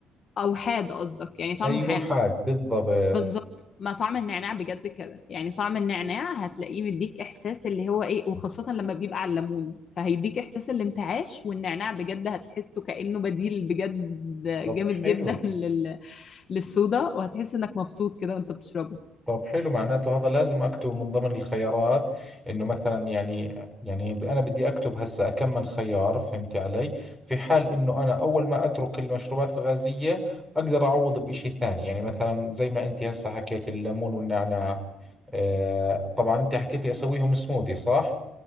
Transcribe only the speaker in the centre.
ايوه
حاد بالضبط
طب
حلو
طب حلو معناته هذا لازم اكتبه من ضمن الخيارات انه مثلا يعني يعني انا بدي اكتب هسه كم من خيار فهمتي علي في حال انه انا اول ما اترك المشروبات الغازية اقدر اعوض بإشي ثاني يعني مثلا زي ما انت هسه حكيت الليمون والنعناع آه طبعا انت حكيتي اسويهم سموذي صح؟